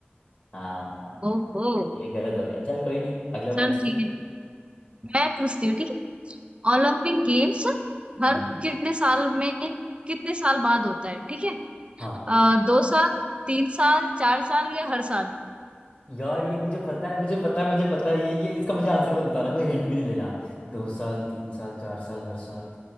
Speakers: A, on the left; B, on the right.
A: हाँ
B: ओहो
A: ये गलत हो गया चल कोई नहीं अगला
B: चल
A: पूछ
B: ठीक
A: तू
B: है मैं पूछती हूँ ठीक है? ओलंपिक गेम्स हर
A: हम्म
B: कितने साल में कितने साल बाद होता है ठीक है
A: हाँ
B: अ, दो साल तीन साल चार साल या हर साल
A: यार ये मुझे पता है मुझे पता है मुझे पता है ये ये इसका मुझे आंसर मत बताना कोई हिंट भी नहीं देना दो साल तीन साल चार साल हर साल